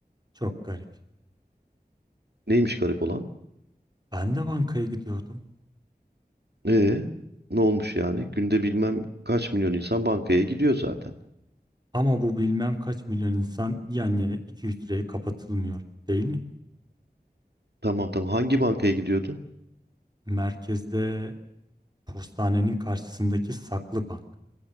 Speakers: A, on the right; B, on the right.
A: Çok garip.
B: Neymiş garip olan?
A: Ben de bankaya gidiyordum.
B: E ne olmuş yani? Günde bilmem kaç milyon insan bankaya gidiyor zaten.
A: Ama bu bilmem kaç milyon insan yan yana iki hücreye kapatılmıyor, değil mi?
B: Tamam tamam. Hangi bankaya gidiyordun?
A: Merkezde postanenin karşısındaki saklı bank.